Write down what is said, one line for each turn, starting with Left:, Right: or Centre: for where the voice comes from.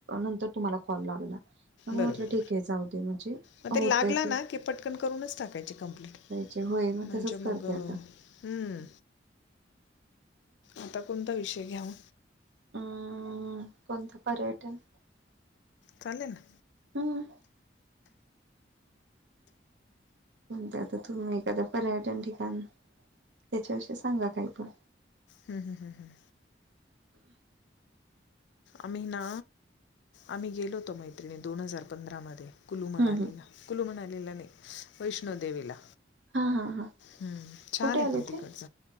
Right: नंतर तुम्हाला कॉल लागला. मग मी
Left: बरोबर,
Right: म्हटलं ठीक आहे जाऊ दे म्हणजे
Left: म
Right: होतय
Left: ते लागला
Right: ते
Left: ना की पटकन करूनच टाकायचे कंप्लीट.
Right: चे होय म
Left: म्हणजे
Right: तसच करते
Left: मग
Right: आता.
Left: हम्म, आता कोणता विषय घ्याव.
Right: हम्म कोनत पर्यटन?
Left: चाले ना.
Right: हम्म कोण ते आता तुम्ही एखादं पर्यटन ठिकाण त्याच्याविषयी सांगा काही पण.
Left: हम्म हम्म हम्म हम्. आम्ही ना आम्ही गेलो होतो मैत्रिणी दोन हजार पंधरा मदे. कुलू मणालीला
Right: हम्म हम्म
Left: कुलू मनालीला नाही वैष्णोदेवीला.
Right: हा हा हा
Left: हम्म छान
Right: कुठे
Left: आहे
Right: आले
Left: पण तिकडच
Right: ते